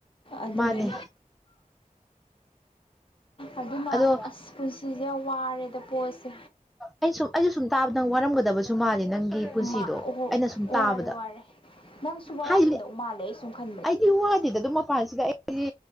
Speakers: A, on the left; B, in the centre.
A: ꯑꯗꯨꯅꯤ
B: ꯃꯥꯅꯦ
A: ꯑꯗꯨꯅ
B: ꯑꯗꯣ
A: ꯑꯁ ꯄꯨꯟꯁꯤꯁꯦ ꯌꯥꯝ ꯋꯥꯔꯦꯗ ꯄꯣꯠꯁꯦ
B: ꯑꯩꯅ ꯁꯨꯝ ꯑꯩꯁꯨ ꯁꯨꯝ ꯇꯥꯕꯗ ꯅꯪ ꯋꯥꯔꯝꯒꯗꯕꯁꯨ ꯃꯥꯜꯂꯦ ꯅꯪ ꯄꯨꯟꯁꯤꯗꯣ
A: ꯃꯥ ꯑꯣꯍꯣ
B: ꯑꯩꯅ ꯁꯨꯝ
A: ꯋꯥꯔꯦ
B: ꯇꯥꯕꯗ
A: ꯋꯥꯔꯦ ꯅꯪꯁꯨ ꯋꯥꯔꯝꯃꯗꯧ
B: ꯍꯥꯏꯕꯗꯤ
A: ꯃꯥꯜꯂꯦ ꯑꯩ ꯁꯨꯝ ꯈꯟ
B: ꯑꯩꯗꯤ ꯋꯥꯗꯤꯗ ꯑꯗꯨꯝ ꯃꯄꯥꯟꯁꯤꯒ ꯑꯩꯗꯤ